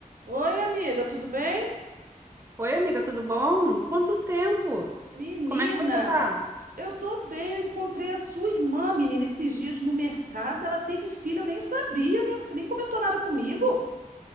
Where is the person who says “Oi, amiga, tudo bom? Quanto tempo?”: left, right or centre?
Right